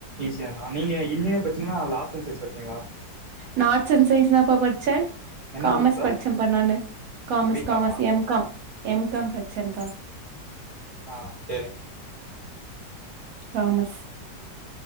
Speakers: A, on the right; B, on the right.
A: ஈஸியானா நீங்க இன்ஜினியர் படிச்சீங்களா லா சன் சயின்ஸ் படிச்சீங்களா
B: நா ஆட்ஸ் அண்ட் சயின்ஸ் தா பாா படிச்சே
A: என்ன
B: காமர்ஸ்
A: குரூப்க்கா
B: படிச்சேப்பா நானு commerce
A: பி
B: காமர்ஸ்
A: காமா
B: M com M com படிச்சேப்பா
A: ஆ சேரிங்
B: தாமஸ்